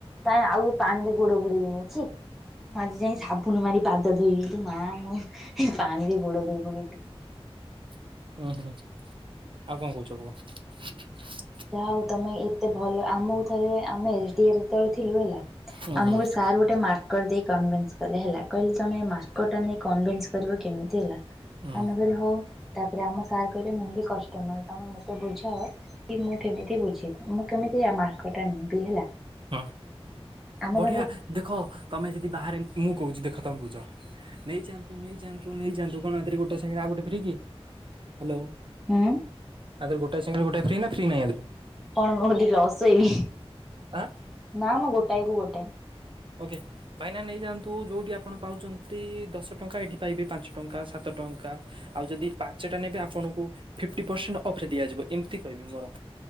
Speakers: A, in the centre; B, on the right.
A: ତାଇଁ ଆଉ ପାଣିରେ ଗୋଡ଼ ବୁଡେଇବିନି ଛି। ମୁଁ ଆଜି ଯାଇଁ ସାବୁନ ମାରି ପାଦ ଧୋଇବି ଲୋ ମା ମୁଁ ଏ ପାଣିରେ ଗୋଡ଼ ଧୋଇ ପକେଇତି।
B: ଉଁ ହୁଁ ଆଉ କଁ କୋହୁଚ କୁହ।
A: ଯାହା ହଉ ତମେ ଏତେ ଭଲ ଆମୁକୁ ଥରେ ଆମେ ଏସ୍ ଡି ଏ ଯେତୋଳେ ଥିଲୁ ହେଲା
B: ଉଁ
A: ଆମୁ
B: ହୁଁ
A: ସାର୍ ଗୋଟେ ମାର୍କର୍ ଦେଇ କନ୍ଭେସ୍ କଲେ ହେଲା ତମେ ମାର୍କର୍ ଟା ନେଇ କନ୍ଭେସ୍ କରିବ କେମିତି ହେଲା
B: ଉଁ
A: ଆମେ କହିଲୁ ହଉ। ତାପରେ ଆମ ସାର୍ କହିଲେ ମୁଁ ବି କଷ୍ଟମର୍ ତମେ ମତେ ବୁଝାଅ କି ମୁଁ କେମିତି ବୁଝିବି ମୁଁ କେମିତି ମାର୍କର୍ ଟା ନେବି ହେଲା।
B: ହଁ
A: ଆମେ
B: ବଢ଼ିଆ
A: ତାପରେ
B: ଦେଖ ତମେ ଯେଦି ବାହାରେ ମୁଁ କୋହୁଚି ଦେଖ ତମେ ବୁଝ। ନେଇଯାଆନ୍ତୁ ନେଇଯାଆନ୍ତୁ ନେଇଯାଆନ୍ତୁ କଣ ଏଥିରେ ଗୋଟେ ସାଙ୍ଗେରେ ଆଉ ଗୋଟେ ଫ୍ରି କି? ହାଲୋ
A: ହୁଁ
B: ଆଦେରେ ଗୋଟାଏ ସାଙ୍ଗରେ ଗୋଟାଏ ଫ୍ରି ନାଁ ଫ୍ରି ନାହିଁ ଆଦେ
A: କଣ ମୁଁ ହଟି ଲସ୍ ସଇବି
B: ଆଁ?
A: ନାଁ ମ ଗୋଟାଏ କୁ ଗୋଟାଏ।
B: ଓକେ ଭାଇନା ନେଇଯାଆନ୍ତୁ ଯୋଉଠି ଆପଣ ପାଉଚନ୍ତି ଦଶ ଟଙ୍କା ଏଠି ପାଇବେ ପାଞ୍ଚ ଟଙ୍କା ସାତ ଟଙ୍କା ଆଉ ଯଦି ପାଞ୍ଚଟା ନେବେ ଆପଣଙ୍କୁ ଫିଫ୍ଟି ପରସେଣ୍ଟ୍ ଅଫ୍ ରେ ଦିଆଯିବ ଏମିତିି କହିବି ମୋର।